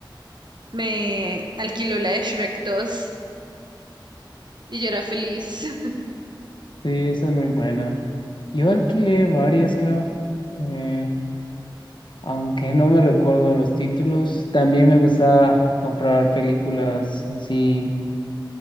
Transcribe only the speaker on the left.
Sí, esa es muy buena. Yo alquilé varias, creo. Eh, Aunque no me recuerdo los títulos, también me gustaba comprar películas así.